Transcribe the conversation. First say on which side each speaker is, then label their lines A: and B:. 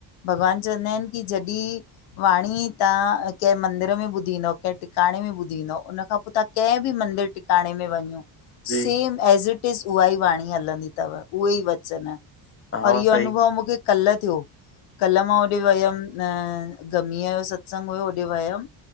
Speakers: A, on the left (about 85°); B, on the left (about 25°).
A: भॻवान चवंदा आहिनि कि जॾहिं वाणी तव्हां कंहिं मंदिर में ॿुधी ईंदव कंहिं टिकाणे में ॿुधी ईंदव, उन खां पोइ तव्हां कंहिं बि मंदिर टि काणे में वञो सेम
B: जी
A: ऐज इट इज़ उहा ई वाणी हलंदी तव, उहो ई वचन
B: हा
A: और इहो
B: सही
A: अनुभव मूंखे कल्ह थियो कल मां होॾे वयमि न गमीअ जो सत्संग हुयो होॾे वयमि